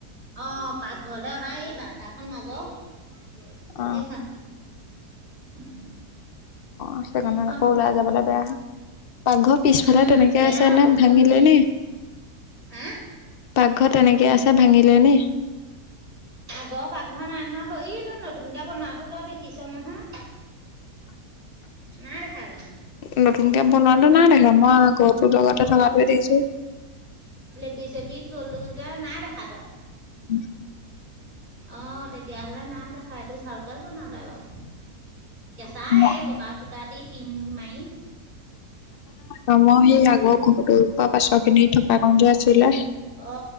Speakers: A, on the right; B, on the left.
A: অ পাকঘৰলে অহা এই বাৰাণ্ডাখন মাজৰ,
B: অ
A: এইখন। উম।
B: অ সেইটো
A: এইখন
B: কাৰনে আকৌ ওলাই যাবলৈ বেয়া। পাকঘৰ পিছফালে
A: উম,
B: তেনেকে
A: বেয়া
B: আছে নে,
A: বৰষুণ
B: ভাঙিলে
A: দি
B: নি?
A: হা
B: পাকঘৰ তেনেকে আছে ভাঙিলে নি?
A: আগৰ পাকঘৰ নাই নহয়। হইটো নতুনকে বনোৱাতো দেখিছ নহয়?
B: <inaudible>
A: নাই দেখা জানো?
B: নতুনকে বনোৱাটো নাই দেখা মই ঘৰটোৰ লগতে থকাটোৱে
A: অ
B: দেখিছো
A: লেপি চেপি থলো যে নাই দেখা তই?
B: <inaudible>
A: অ তেতিয়াহলে নাই দেখা। এইটো ভালকে বনালে বাও। কেঁচা
B: মই
A: এই পকা খুতা দি পিং মাৰি
B: আমাৰ সেই আগৰ ঘৰটো পা পাছৰ কিনি থকা কণ যে আছিলে?
A: অ